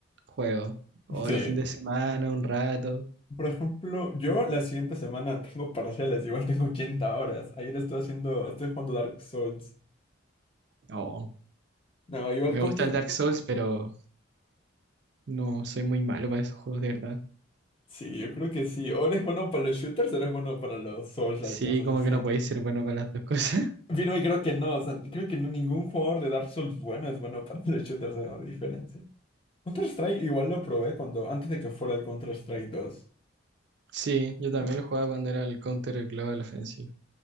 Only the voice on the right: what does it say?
juego. O
los fines de semana, un rato.
Oh,
me
gusta el Dark Souls, pero no soy muy malo para esos juegos de verdad.
Sí,
como
que no podéis ser bueno con las dos cosas. <laughs>
Sí, yo también
lo jugaba cuando era el Counter Global Offensive.